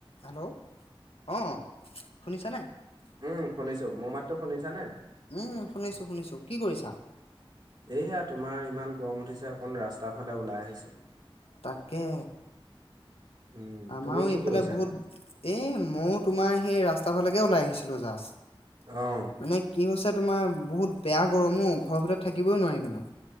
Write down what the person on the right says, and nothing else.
উম, শুনিছো মোৰ মাতো শুনিছা নে?
এইয়া তোমাৰ ইমান গৰম উঠিছে অকন ৰাস্তাৰ ফালে ওলাই আহিছো।
উম
তুমি কি
কৰিছা?
অহ